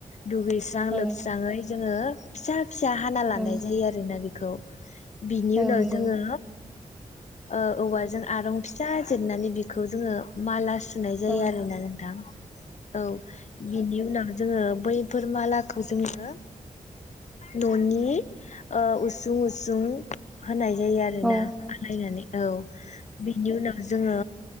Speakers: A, on the left; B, in the centre.
A: दुगैस्रां
B: औ
A: लोबस्राङै जोङो फिसा फिसा हाना लानाय
B: औ
A: जायो आरोना बे खौ बिनि
B: औ
A: उनाव
B: नंगौ
A: जोङो ओ औवाजों आरं फिसा जिरनानै बेखौ जोङो माला सुनाय जायो
B: औ
A: आरोना नोंथां। औ बिनि उनाव जोङो बैफोर मालाखौ जोङो न'नि ओ उसुं उसुं होनाय जायो आरोना
B: औ
A: आलायनानै औ बिनि उनाव जोङो